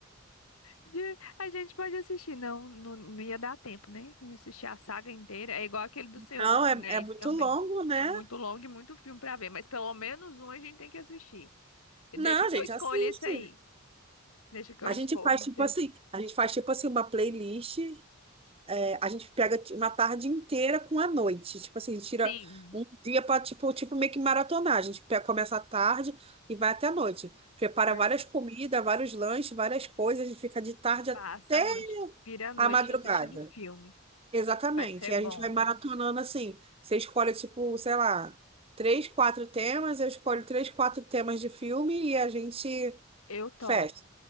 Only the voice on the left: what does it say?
De- A gente pode assistir, não, não, não ia dar tempo, né? De assistir a saga inteira. É igual aquele do Senhor
dos
Anéis
também.
É muito longo e muito filme pra ver, mas pelo menos um a gente tem que assistir. E
deixa
que
eu escolha
esse aí. Deixa que eu
escolho
esse.
Sim.
Verdade.
E passa
a noite, vira a noite
assistindo filme.
Vai ser
bom.
Eu topo.